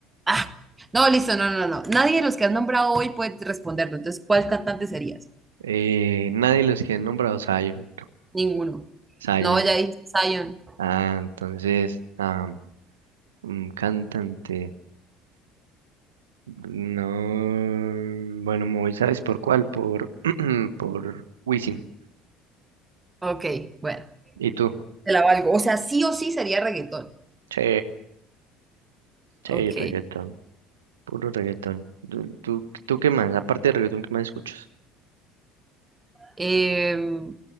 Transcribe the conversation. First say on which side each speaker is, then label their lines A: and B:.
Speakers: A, on the right; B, on the right.
A: Ah, no, listo, no, no, no. Nadie de los que has nombrado hoy puede responderlo. Entonces, ¿cuál cantante serías?
B: Eh, nadie de los que han nombrado Zion.
A: Ninguno.
B: Zion.
A: No, ya dijiste Zion.
B: Ah, entonces, ah, un cantante. No, bueno, me voy, ¿sabes por cuál? Por, <clears throat> por Wisin.
A: Ok, bueno,
B: ¿Y tú?
A: te la valgo. O sea, sí o sí sería reggaetón.
B: Sí, sí,
A: Ok.
B: reggaetón. Puro reggaetón. ¿Tú, tú, tú qué más? Aparte de reggaetón, ¿qué más escuchas?
A: Em,